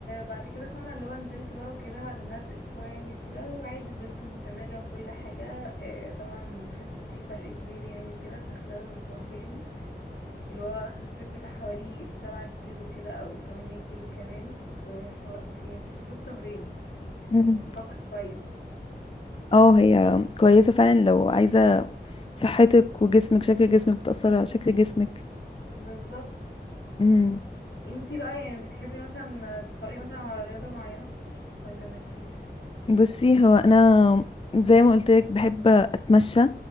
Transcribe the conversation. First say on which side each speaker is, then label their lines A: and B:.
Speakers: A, on the left; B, on the left.
A: بعد كده فاهمه اللي هو نزلت بقى وكده بعد انها باسبوع يعني وكده وعادي فضلت مستمره وكل حاجه آه، طبعا لاحظت فيه فرق كبير يعني وكده في خلال شهرين اللي هو خسيت بتاع حوالي سبعة كيلو كده أو تمانية كيلو كمان في حو- في في حدود شهرين
B: مم.
A: فاكرة كويس
B: اه هي كويسة فعلا لو عايزة صحتك وجسمك شكل جسمك بتأثر على شكل جسمك
A: بالظبط
B: امم
A: انتي بقى يعني بتحبي مثلا تتفرجي مثلا على رياضة معينة ولا مالكيش؟
B: بصي هو انا زي ما قلت لك بحب اتمشى